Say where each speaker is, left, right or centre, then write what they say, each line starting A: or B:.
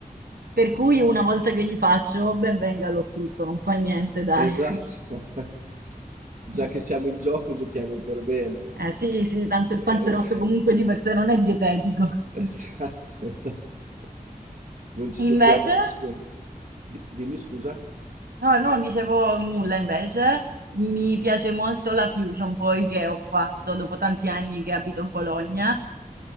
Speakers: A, on the right (about 85°); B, on the right (about 60°).
A: per cui una volta che li faccio, ben venga lo strutto, non fa niente, dai.
B: Esatto. <laughs> Già
A: <laughs>
B: che siamo in gioco, giochiamo per bene.
A: Eh sì, sì, tanto il
B: <laughs>
A: panzerotto comunque di per sé non è dietetico.
B: Esatto, esatto. Non ci dobbiamo
A: Invece,
B: nascondere. Di- dimmi scusa.
A: no, no, non dicevo nulla invece, mi piace molto la fusion poi che ho fatto dopo tanti anni che abito a Bologna,